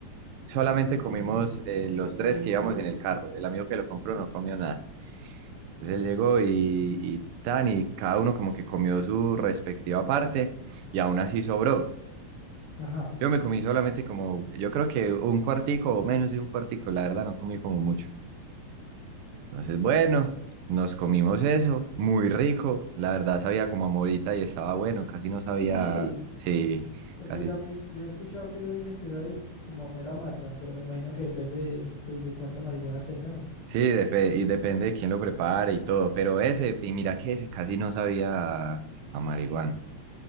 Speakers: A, on the right; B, on the left.
A: solamente comimos eh, los tres que íbamos en el carro. El amigo que lo compró no comió nada. él llegó y, y tan, y cada uno como que comió su respectiva parte y aún así sobró.
B: Ajá.
A: Yo me comí solamente como, yo creo que un cuartico o menos de un cuartico, la verdad no comí como mucho. Entonces, bueno, nos comimos eso, muy rico, la verdad sabía como a morita y estaba bueno, casi no sabía,
B: Sí, sí.
A: sí,
B: Porque
A: casi.
B: yo, a mí- yo he escuchado que eso dicen que sabes que como a mera mata, pero me imagino que depende de, pues de cuánta marihuana tengan, ¿no?
A: Sí, depe- y depende de quién lo prepare y todo, pero ese, y mira que ese casi no sabía a, a marihuana.